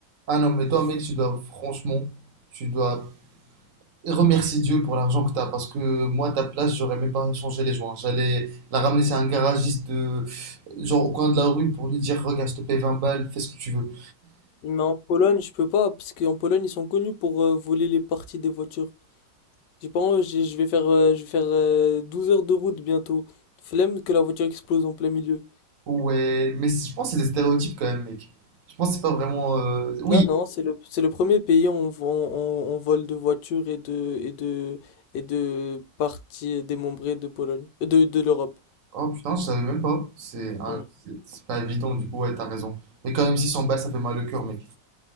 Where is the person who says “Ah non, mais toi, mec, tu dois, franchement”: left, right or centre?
Right